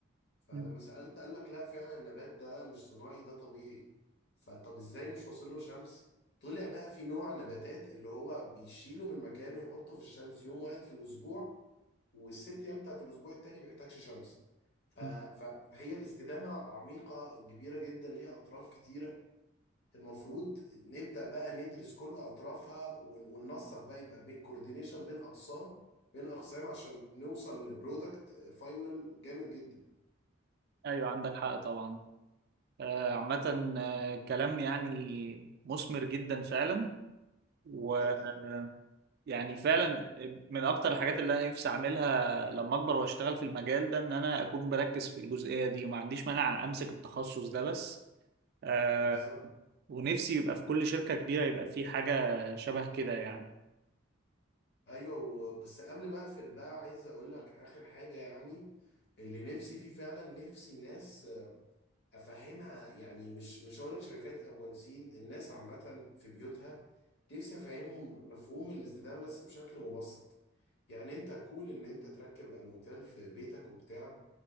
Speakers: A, on the left; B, on the right.
A: فلما
B: مم.
A: سالت قال لك لا فعلا النبات ده مش صناعي ده طبيعي فطب ازاي مش واصل له شمس طلع بقى في نوع نباتات اللي هو بيشيله من مكانه ويحطه في الشمس يوم واحد في الاسبوع والست ايام بتاعت الاسبوع التاني بيحتاجش شمس ف- ف-
B: مم.
A: فهي الاستدامة عميقة كبيرة جدا ليها أطراف كتيرة المفروض نبدأ بقى ندرس كل أطرافها ون- وننسق بقى يبقى بين كوردينيشن بين أقسام بين أقسام عشان نوصل لبرودكت فاينل جامد جدا
B: أيوة عندك حق طبعا آه، عامة آه، كلام يعني مثمر جدا فعلا ويعني
A: جدا
B: فعلا آه، من أكتر الحاجات اللي أنا نفسي أعملها لما أكبر وأشتغل في المجال ده إن أنا أكون بركز في الجزئية دي وما عنديش مانع أمسك التخصص ده بس آه،
A: بالظبط
B: ونفسي يبقى في كل شركة كبيرة يبقى في حاجة شبه كده يعني
A: أيوه و- بس قبل ما أقفل بقى عايز أقول لك آخر حاجة يعني اللي نفسي فيه فعلا نفسي الناس افهمها يعني مش مش هقول لك شركات او مهندسين الناس عامه في بيوتها نفسي افهمهم مفهوم الاستدامه بس بشكل مبسط يعني انت كول ان انت تركب الموتيل في بيتك وبتاع